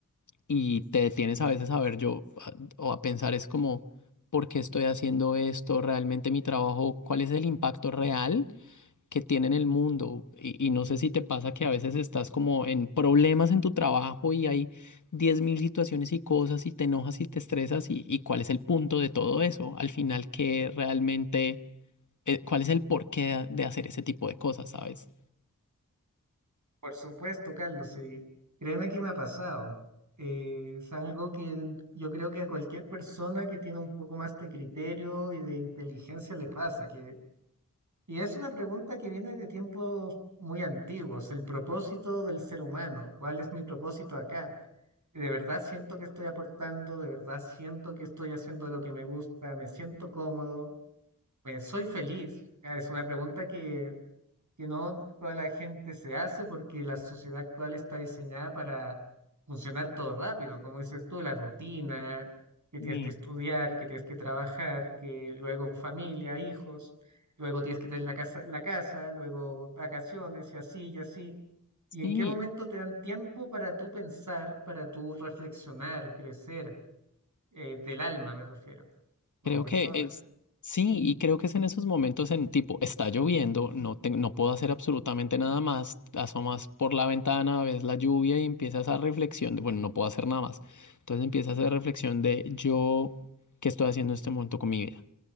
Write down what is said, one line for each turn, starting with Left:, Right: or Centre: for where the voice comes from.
Left: y te detienes a veces a ver yo a- o a pensar es como, ¿por qué estoy haciendo esto? ¿Realmente mi trabajo? ¿Cuál es el impacto real que tiene en el mundo? Y, y no sé si te pasa que a veces estás como en problemas en tu trabajo y hay 10.000 situaciones y cosas y te enojas y te estresas y, y cuál es el punto de todo eso. Al final, ¿qué realmente, eh, cuál es el porqué de hacer ese tipo de cosas, ¿sabes?
Right: Por supuesto, Carlos, sí. Créeme que me ha pasado. Eh, es algo que yo creo que a cualquier persona que tiene un poco más de criterio y de inteligencia le pasa, que, y es una pregunta que viene de tiempos muy antiguos, el propósito del ser humano, ¿cuál es mi propósito acá? De verdad siento que estoy aportando, de verdad siento que estoy haciendo lo que me gusta, me siento cómodo, eh, soy feliz. Ah, Es una pregunta que que no toda la gente se hace porque la sociedad actual está diseñada para funcionar todo rápido, como dices tú, la rutina, que
Left: Sí,
Right: tienes que estudiar, que tienes que trabajar, que luego familia, hijos, luego tienes que tener la casa, la casa, luego vacaciones y así y así. ¿Y en
Left: sí,
Right: qué momento te dan tiempo para tú pensar, para tú reflexionar, crecer, eh, del alma me refiero, como
Left: Creo
Right: persona?
Left: que es, sí, y creo que es en esos momentos en tipo, está lloviendo, no, te- no puedo hacer absolutamente nada más, asomas por la ventana, ves la lluvia y empiezas a reflexión de, bueno, no puedo hacer nada más. Entonces empiezas a hacer reflexión de yo, ¿qué estoy haciendo en este momento con mi vida?